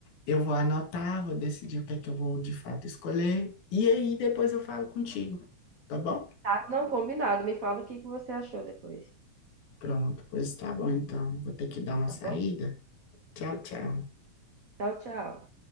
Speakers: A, on the left; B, on the right.
A: eu vou anotar, vou decidir o que é que eu vou de fato escolher. E aí depois eu falo contigo, tá bom?
B: Tá, não combinado. Me fala o que que você achou depois,
A: Pronto, pois tá bom, então. Vou ter que dar uma
B: tá
A: saída.
B: bom?
A: Tchau, tchau.
B: Tchau, tchau.